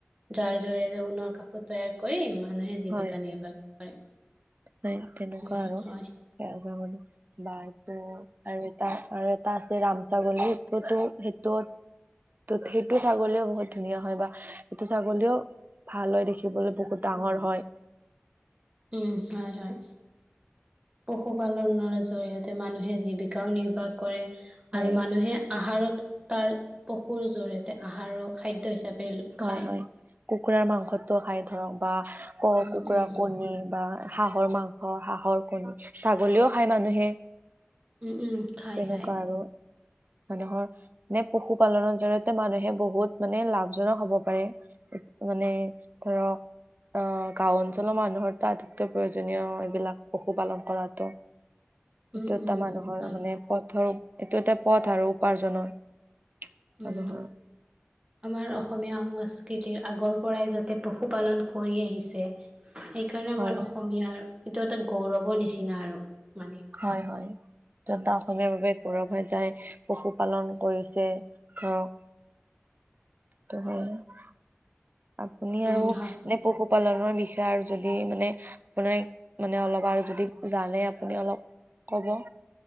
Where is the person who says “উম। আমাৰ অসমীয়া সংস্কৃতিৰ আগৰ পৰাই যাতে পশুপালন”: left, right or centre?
Right